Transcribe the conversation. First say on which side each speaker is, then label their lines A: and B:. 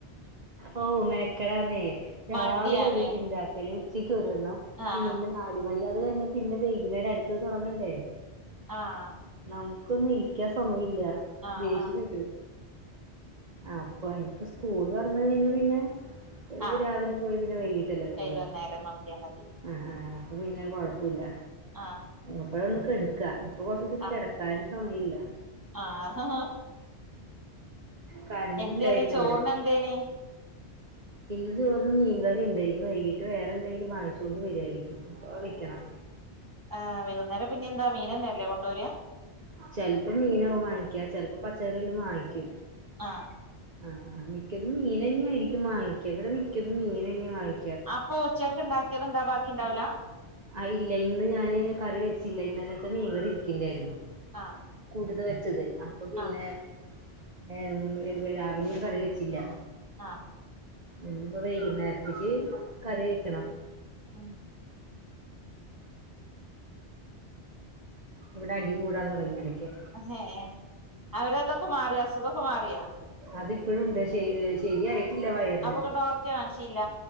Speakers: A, on the right (about 40°); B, on the right (about 15°).
A: ഓഹ് മെനക്കേടാന്നേ. രാവിലെ
B: മടിയാണ്
A: ഒരു ഉണ്ടാക്കല്. ഉച്ചയ്ക്ക് ഒരെണ്ണം.
B: ആഹ്
A: പിന്നെ നാലുമണി. അത് കഴിഞ്ഞാ പിന്നെ വൈകുന്നേരം. അടുത്തത് തുടങ്ങണ്ടേ.
B: ആഹ്
A: നമുക്കൊന്ന് ഇരിക്കാൻ സമയില്ല.
B: ആഹ്
A: ദേഷ്യം
B: ആഹ്
A: വരും. അപ്പൊ ഇനിപ്പ സ്കൂൾ തുറന്ന് കഴിഞ്ഞാ പിന്നെ
B: ആഹ്
A: രാവിലെ പോയി പിന്നെ വൈകീട്ടല്ലേ വരളു
B: വൈകുന്നേരം നോക്കിയാ മതി
A: ആഹ് ആഹ് അപ്പ പിന്നെ കൊഴപ്പുല്ല
B: ആഹ്
A: അപ്പോഴാ ഒന്ന് കെടക്കാ. ഇപ്പൊ കൊറച്ചൂസായിട്ട്
B: ആഹ്
A: കിടക്കാനും സമയില്ല.
B: ആഹ്
A: കറൻ്റില്ലായിരുന്നു
B: എന്തേനി ചോറിന്
A: ഇവിടെ.
B: എന്തേനി?
A: ഇന്ന് ചോറിന് മീൻകറി ഉണ്ട്. വൈകീട്ട് വേറെ എന്തെങ്കിലും വാങ്ങിച്ചു കൊണ്ട് വരുവായിരിക്കും അപ്പെ വെക്കണം.
B: ആഹ് വൈകുന്നേരം പിന്നെ എന്താ മീന ന്നെ അല്ലേ കൊണ്ടുവരാ.
A: ചെലപ്പോ മീനാവും വാങ്ങിക്ക. ചിലപ്പോ പച്ചക്കറി വെല്ലതും വാങ്ങിക്കും.
B: ആഹ്.
A: ആഹ് ആഹ് മിക്കതും മീനന്നെ ആയിരിക്കും വാങ്ങിക്കാ. ഉവിടെ മിക്കതും മീനന്നെ വാങ്ങി
B: അപ്പൊ ഉച്ചയ്ക്ക് ഉണ്ടാക്കിയത് എന്താ ബാക്കി ഉണ്ടാവില്ല?
A: ആഹ് ഇല്ല ഇന്ന് ഞാന് കറി വെച്ചില്ല. ഇന്നലത്തെ മീൻകറി ഇരിക്ക്ണ്ടായിരുന്നു.
B: ആഹ്.
A: കൂടുതൽ വെച്ചത്. അപ്പൊ പിന്നെ
B: ആഹ്
A: ഏഹ് രാവിലെയും കറി വെച്ചില്ല.
B: ആഹ്.
A: ഇന്നിപ്പൊ വൈകുന്നേരത്തേക്ക് കറി വെക്കണം.
B: ഉം
A: ഇവിടെ അടി കൂടാൻ തുടങ്ങി ഇടക്കേ.
B: അഹേ. അവരതൊക്കൊക്കെ മാറിയാ. അസുഖ ഒക്കെ മാറിയാ.
A: അതിപ്പോഴും ഉണ്ട് ശരി ശരിയായി ട്ടില്ല വയറിന്.
B: അപ്പൊക്കെ ഡോക്ടറെ കാണിച്ചില്ല